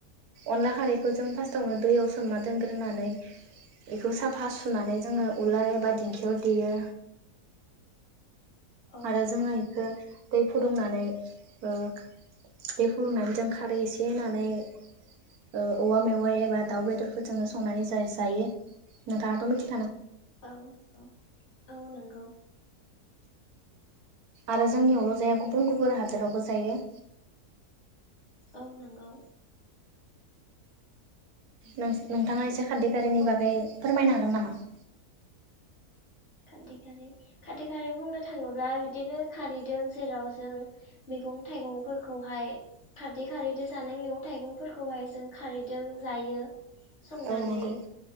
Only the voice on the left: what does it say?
औ
नंगौ
औ औ। औ नोंगौ।
औ नंगौ।
माने
खारदै खारै खारदै खारै बुंनो थाङोब्ला बिदिनो खारैदों जेराव जों मैगं थाइगंफोरखौहाय खारदै खारैजों जानाय मैगं थाइगंफोरखौहाय जों खारैदों जायो। संनानै